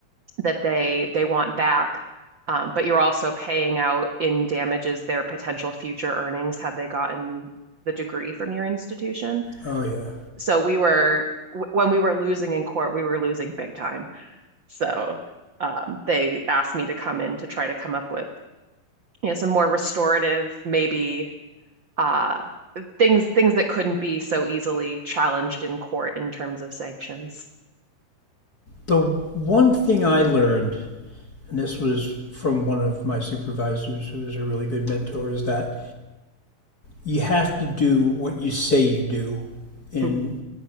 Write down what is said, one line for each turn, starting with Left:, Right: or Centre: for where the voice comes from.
Right: that they they want back, um, but you're also paying out in damages their potential future earnings had they gotten the degree from your institution.
Left: Oh yeah.
Right: So we were w- when we were losing in court, we were losing big time. So um, they asked me to come in to try to come up with you know some more restorative maybe uh, things things that couldn't be so easily challenged in court in terms of sanctions.
Left: The one thing I learned, and this was from one of my supervisors, who was a really good mentor, is that you have to do what you say you do, in
Right: Mhm.